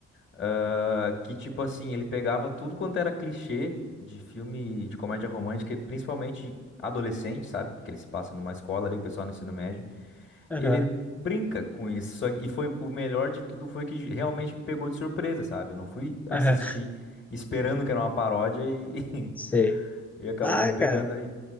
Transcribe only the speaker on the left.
Ah, que tipo assim, ele pegava tudo quanto era clichê de filme de comédia romântica, e principalmente adolescente, sabe? Porque ele se passa numa escola ali, o pessoal no ensino médio.
E ele brinca com isso. só que- e foi o melhor de tudo foi que realmente me pegou de surpresa, sabe? Eu não fui assistir
esperando que era uma paródia e,
<laughs> e acabou
me pegando
aí.